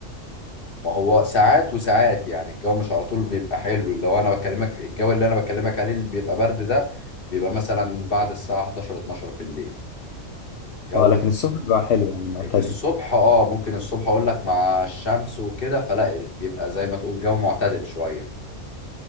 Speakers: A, on the left (about 45°); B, on the left (about 60°).
A: ما هو ساعات وساعات يعني الجو مش على طول بيبقى حلو اللي هو انا بكلمك في الجو اللي انا بكلمك عليه اللي بيبقى برد ده بيبقى مثلا بعد الساعة 11 12 بالليل جو
B: اه لكن الصبح بيبقى حلو يعني معتدل
A: الصبح اه ممكن الصبح اقول لك مع الشمس وكده فلا بيبقى زي ما تقول جو معتدل شوية